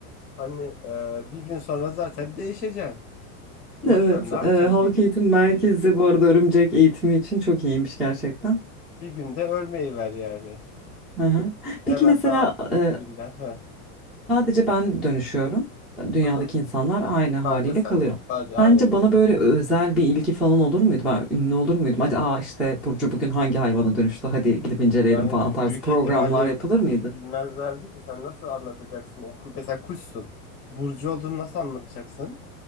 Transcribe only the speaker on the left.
hani e, bir gün sonra zaten değişeceksin. Boş
ver ne yapacaksın
bir gün
bir,
bir günde ölmeyi ver yani.
Hemen
daha ilk
günden. He.
Hı hı.
Sadece sen.
Sadece aynen
öyle.
Yani
büyük
ihtimalle
bil-
bilmezlerdi ki sen nasıl anlatacaksın? Oku mesela kuşsun. Burcu olduğunu nasıl anlatacaksın?